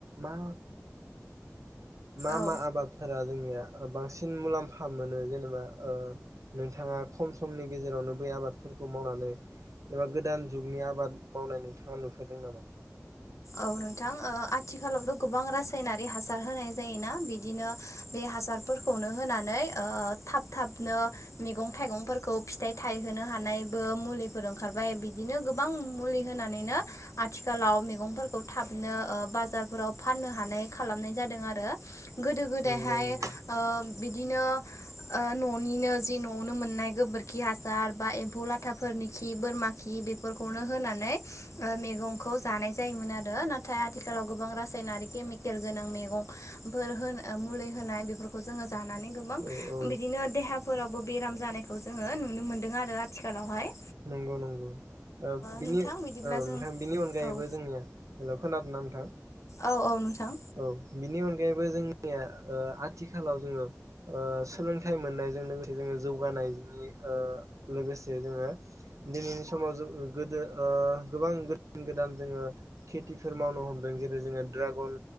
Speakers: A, on the right; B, on the left.
A: मा मा
B: औ
A: मा आबादफोरा जोंनि ओ बां मुलाम्फा मोनो। जेनेबा ओ नोंथाङा खम समनि गेजेरावनो बे आबादफोरखौ मावनानै एबा गोदान जुगनि आबाद मावनाय नोंथाङा नुफेरदों नामा?
B: औ नोंथां ओ आथिखालावथ' गोबां रासायनारि हासार होनाय जायोना। बिदिनो बे हासारफोरखौनो होनानै ओ थाब थाबनो मैगं थाइगंफोरखौ फिथाइ थायहोनो हानायबो मुलिफोर ओंखारबाय बिदिनो गोबां मुलि होनानैनो आथिखालाव मैगं थाबनो ओ बाजारफोराव फाननो हानाय खालामनाय जादों आरो। गोदो गोदायहाय
A: नंगौ नंगौ
B: ओ बिदिनो ओ न'निनो जि न'आवनो मोननाय गोबोरखि हासार बा एम्फौ लाथाफोर नि खि बोरमा खि बेफोरखौनो होनानै ओ मैगंखौ जानाय जायोमोन आरो नाथाय आथिखालाव गोबां रासायनारि केमिकेल गोनां मैगं फोर ओ मुलि होनाय बे जोङो जानानै गोबां
A: औ औ
B: बिदिनो देहा फोरावबो बेराम जानायखौ जोङो नुनो मोनदों आरो आथिखालावहाय।
A: नंगौ नंगौ ओ बिनि
B: नोंथां
A: औ
B: बिदिब्ला जों
A: नोंथां बिनि अनगायैबो
B: औ
A: जोंनिया हेलौ खोनादों ना नोंथां?
B: औ औ नोंथां।
A: औ बिनि अनगायैबो जोंनिया ओ आथिखालाव ओ जोङो सोलोंथाइ मोननायजों लोगोसे जोङो जौगानाय <unintelligible> लोगोसे जोङो दिनैनि समाव गोदो ओ गोबां गोदान गोदान जोङो खेथिफोर मावनो हमदों। जेरै जोङो ड्रागन